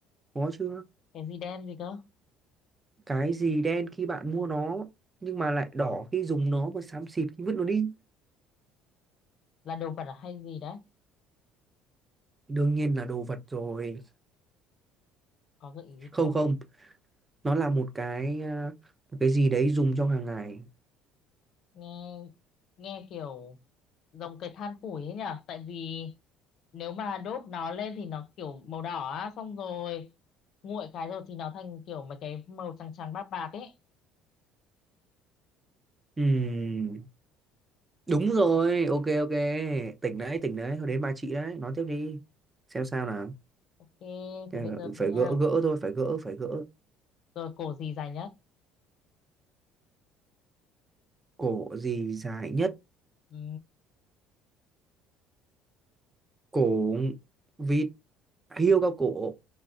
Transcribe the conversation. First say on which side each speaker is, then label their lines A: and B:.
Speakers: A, on the right (about 15°); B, on the left (about 55°).
A: Khó chưa?
B: cái gì đen gì cơ?
A: cái gì đen khi bạn mua nó nhưng mà lại đỏ khi dùng nó và xám xịt khi vứt nó đi
B: Là đồ vật à hay gì đấy?
A: đương nhiên là đồ vật rồi
B: Có gợi ý gì
A: không
B: không?
A: không nó là một cái à, một cái gì đấy dùng trong hàng ngày
B: Nghe nghe kiểu giống cái than củi ấy nhở? Tại vì nếu mà đốt nó lên thì nó kiểu màu đỏ á, xong rồi nguội cái rồi thì nó thành kiểu mấy cái màu trắng trắng bạc bạc ấy.
A: Ừm, đúng rồi ok ok tỉnh đấy tỉnh đấy thôi đến bà chị đấy nói tiếp đi xem sao nào
B: Ok,
A: Ờ,
B: thì bây giờ
A: phải
B: nha.
A: gỡ gỡ thôi phải gỡ phải gỡ
B: Rồi cổ gì dài nhất?
A: cổ gì dài nhất
B: Ừ,
A: cổ vịt hiêu cao cổ